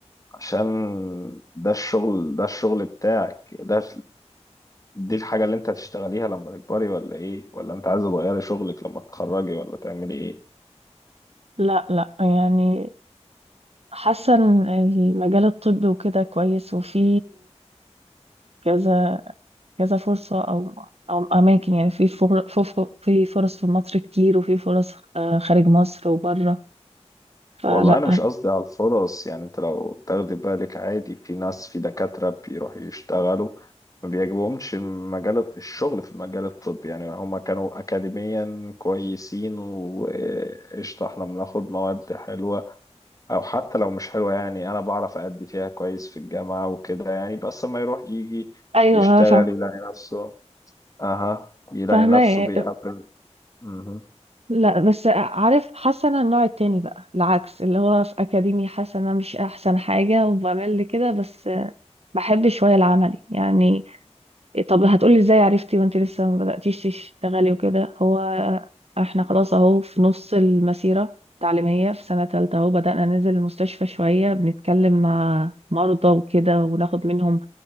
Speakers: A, on the left (about 30°); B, on the right (about 60°).
A: عشان ده الشغل ده الشغل بتاعك ده دي الحاجة اللي انت هتشتغليها لما تكبري ولا ايه ولا انت عايزة تغيري شغلك لما تتخرجي ولا تعملي ايه
B: لا لا يعني حاسة ان المجال الطبي وكده كويس وفي كذا كذا فرصة أو أو أماكن يعني في فر- في ف- في فرص في مصر كتير وفي فرص آه، خارج مصر وبره فلا
A: والله انا مش قصدي على الفرص يعني انت لو تاخدي بالك عادي في ناس في دكاترة بيروحوا يشتغلوا ما بيعجبهمش المجال الشغل في المجال الطبي يعني هما كانوا اكاديميا كويسين وقشطة احنا بناخد مواد حلوة او حتى لو مش حلوة يعني انا بعرف ادي فيها كويس في الجامعة وكده يعني بس ما يروح يجي
B: ايوه
A: يشتغل
B: فا-
A: يلاقي نفسه اها يلاقي
B: فاهمة
A: نفسه بيقابل مهم.
B: لا بس عارف حاسه انا النوع التاني بقى العكس اللي هو في اكاديمي حاسه انا مش احسن حاجه وبعمل لي كده بس بحب شويه العملي يعني إيه طب هتقولي ازاي عرفتي وانت لسه ما بدأتيش تشتغلي وكده هو احنا خلاص اهو في نص المسيرة التعليمية في سنة تالتة اهو بدأنا ننزل المستشفى شوية بنتكلم مع مرضى وكده وناخد منهم